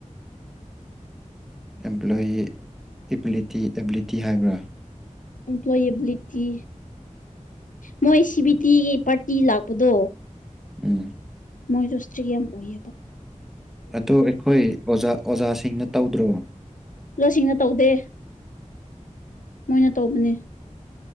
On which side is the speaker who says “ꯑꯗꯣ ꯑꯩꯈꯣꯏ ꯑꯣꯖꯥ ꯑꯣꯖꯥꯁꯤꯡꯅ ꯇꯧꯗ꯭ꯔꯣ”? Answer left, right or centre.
Centre